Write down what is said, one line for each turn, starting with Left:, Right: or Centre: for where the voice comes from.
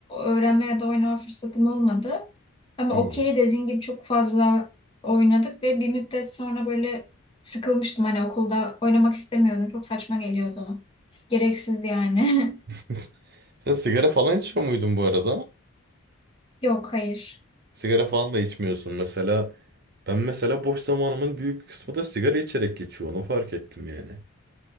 Left: öğrenme ya da oynama fırsatım olmadı. Ama
Right: Hmm.
Left: okey dediğin gibi çok fazla oynadık ve bir müddet sonra böyle sıkılmıştım. Hani okulda oynamak istemiyordum. Çok saçma geliyordu. Gereksiz yani.
Right: <laughs> Sen sigara falan içiyor muydun bu arada?
Left: <laughs> Yok hayır.
Right: Sigara falan da içmiyorsun mesela. Ben mesela boş zamanımın büyük kısmı da sigara içerek geçiyor. Onu fark ettim yani.